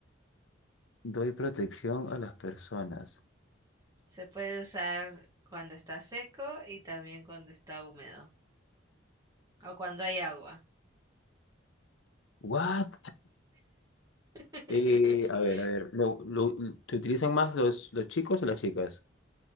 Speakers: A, on the left; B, on the right.
A: Doy protección a las personas.
B: Se puede usar cuando está seco y también cuando está húmedo o cuando hay agua.
A: What?
B: <laughs>
A: Eh, a ver, a ver. lo- lo- ¿te utilizan más los, los chicos o las chicas?